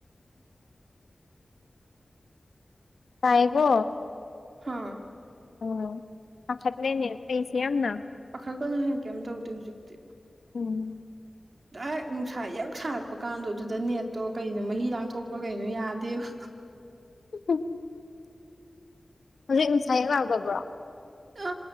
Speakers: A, on the left; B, on the right.
A: ꯇꯥꯏꯌꯦꯀꯣ
B: ꯍꯥꯥ
A: ꯑꯥ ꯄꯥꯈꯠꯂꯦꯅꯦ ꯑꯩꯁꯦ ꯌꯥꯝꯅ
B: ꯄꯥꯈꯠꯀꯅꯨ ꯍꯦ ꯀꯩꯝ ꯇꯧꯗꯦ ꯍꯧꯖꯤꯛꯇꯤ꯫
A: ꯎꯝ꯫
B: <inaudible> ꯥꯗꯥꯏꯔꯦꯛ ꯅꯨꯡꯁꯥ ꯌꯛ ꯁꯥꯔꯛꯄ ꯀꯥꯟꯗꯣ ꯑꯗꯨꯗ ꯅꯦꯠꯇꯣ ꯀꯩꯅꯣ ꯃꯍꯤ ꯂꯥꯡꯊꯣꯛꯄ꯭ꯔꯥ ꯀꯩꯅꯣ ꯌꯥꯗꯦꯕ꯫
A: <unintelligible> ꯍꯧꯖꯤꯛ ꯅꯨꯡꯁꯥ ꯌꯛ ꯂꯥꯎꯗꯕ꯭ꯔꯣ?
B: ꯑ